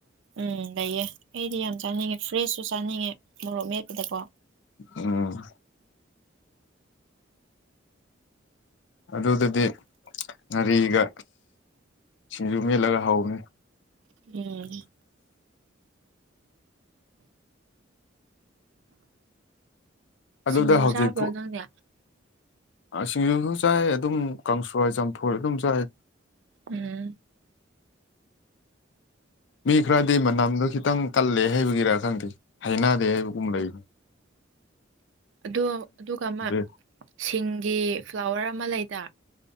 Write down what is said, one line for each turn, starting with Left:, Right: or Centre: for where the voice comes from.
Right: ꯎꯝ ꯂꯩꯌꯦ ꯑꯩꯗꯤ ꯌꯥꯝ ꯆꯥꯅꯤꯡꯉꯦ ꯐ꯭ꯔꯦꯁꯁꯨ ꯆꯥꯅꯤꯡꯉꯦ ꯃꯣꯔꯣꯛ ꯃꯦꯠꯄꯗꯀꯣ
Left: ꯎꯝ ꯑꯗꯨꯗꯗꯤ ꯉꯥꯔꯤꯒ ꯁꯤꯡꯖꯨ ꯃꯦꯠꯂꯒ ꯍꯧꯕꯅꯤ
Right: ꯎꯝ
Left: ꯑꯗꯨꯗ
Right: ꯁꯤꯡꯖꯨ
Left: ꯍꯧꯖꯤꯛ
Right: ꯆꯥꯕ꯭ꯔꯣ ꯅꯪꯗꯤ
Left: ꯑ ꯁꯤꯡꯖꯨꯁꯨ ꯆꯥꯏ ꯑꯗꯨꯝ ꯀꯥꯡꯁꯣꯏ ꯆꯝꯐꯨꯠ ꯑꯗꯨꯝ ꯆꯥꯏ
Right: ꯎꯝ
Left: ꯃꯤ ꯈꯔꯗꯤ ꯃꯅꯝꯗꯣ ꯈꯤꯇꯪ ꯀꯜꯂꯦ ꯍꯥꯏꯕꯒꯤꯔꯥ ꯈꯪꯗꯦ ꯍꯩꯏꯅꯗꯦ ꯍꯥꯏꯕꯒꯨꯝ ꯂꯩꯕ
Right: ꯑꯗ ꯑꯗꯨꯒ ꯑꯃ
Left: ꯕꯦ
Right: ꯁꯤꯡꯒꯤ ꯐ꯭ꯂꯥꯋꯔ ꯑꯃ ꯂꯩꯗ